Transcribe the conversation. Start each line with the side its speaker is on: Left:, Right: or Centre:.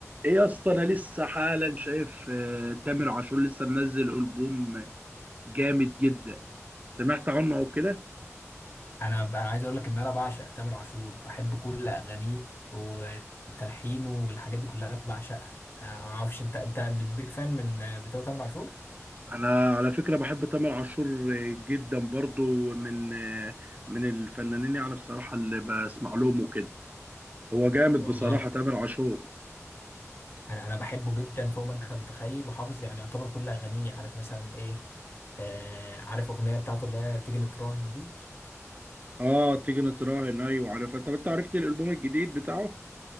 Right: ايه يا اسطى انا لسه حالا شايف آه، تامر عاشور لسه منزل البوم جامد جدا سمعت عنه او كده
Left: انا انا عايز اقول لك ان انا بعشق تامر عاشور بحب كل اغانيه وتلحينه والحاجات دي كلها بعشقها أنا ما اعرفش انت انت من البيج فان من بتوع تامر عاشور
Right: انا على فكره بحب تامر عاشور آه، جدا برضو من آه، من الفنانين يعني بصراحه اللي بسمع لهم وكده هو جامد
Left: والله
Right: بصراحه تامر عاشور
Left: انا انا بحبه جدا فوق ما انت متخيل وحافظ يعني يعتبر كل اغانيه عارف مثلا ايه آه عارف اغنيه بتاعته اللي هي تيجي نتراهن دي
Right: اه تيجي نتراهن ايوه عارفها طب انت عرفت الالبوم الجديد بتاعه